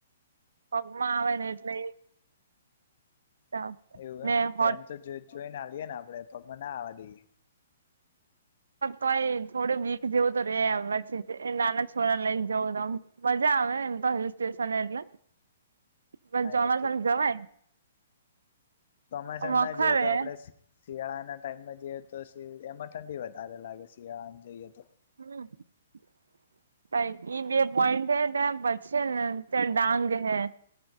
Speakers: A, on the right; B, on the left.
A: પગમાં આવે ને એટલે એ
B: એવું
A: ને
B: એમ તો
A: હોટ
B: એમ તો જો જોઈને લએ ને આપડણે પગમાં ના આવવા દઈએ
A: તોય થોડું વીક જેવું તો રે પછી નાના છોરા લઈને જવું તોમ મજા આવે એમ તો હિલ સ્ટેશન એટલે પ
B: હા
A: ચોમાસમ
B: એ
A: જવાય
B: ચોસમાય
A: વખરે
B: સમના જઈએ તો આપડે શિયાળાના ટાઈમમાં જઈએ તો એમાં ઠંડી વધારે લાગે શિયાળામાં જઈએ તો
A: હમ ઈ બે પોઈન્ટ હે ત્યાં પછી ને તં ડાંગ હૈ